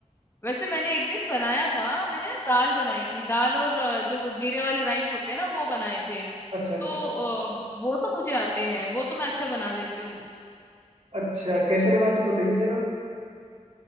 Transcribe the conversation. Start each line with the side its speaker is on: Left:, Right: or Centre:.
Left: वैसे मैंने एक दिन बनाया था मैंने ना दाल बनाई थी दाल और अ, जो जीरे वाले राइस होते हैं ना वो बनाए थे
Right: अच्छा
Left: तो
Right: अच्छा अच्छा
Left: अ, वो तो मुझे आते हैं वो तो मैं अच्छा बना लेती हूँ
Right: अच्छा कैसे बनाती हो बताइए जरा